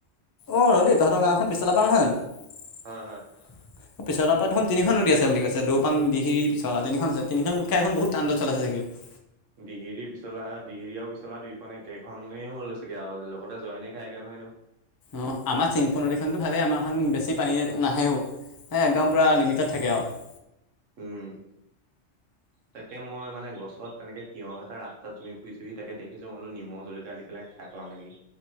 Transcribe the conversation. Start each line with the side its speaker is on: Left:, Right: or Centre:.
Left: অ <unintelligible> দেই তহঁতৰ গাঁওখন পিছলা পৰা নহয় যানো? <inaudible>
Right: হয়-হয়। <unintelligible>
Left: <inaudible> পিছলা পৰা দেখোন তিনিখন নদী আছে বুলি কৈছে দৌপাং, দিহিং, পিছলা তিনিখন আছে। তিনিখন মিল খাই এইখন বহুত তাণ্ডপ চলাইছে চাগে। <inaudible>
Right: দিহিৰি পিছলা দিহিৰি আৰু পিছলা দুইখন একেখনেই হল হৈছেগে আৰু লগতে জইনী খাইগে নহয় নো <inaudible>
Left: অঁ! আমাৰ চিংফু নদীখনতো ভালেই আমাৰখন বেছি পানী নাহেও। <inaudible> এ একদম পুৰা লিমিটেড থাকে আৰু। <unintelligible>
Right: উম তাকে মই মানে গছত তেনেক তিয়ঁহ এটা ৰাস্তাত তুমি ফুৰিছোহি তাকে দেখিছো মইল নিমখ জলকীয়া দি পেলাই খাই। লংগে নেকি।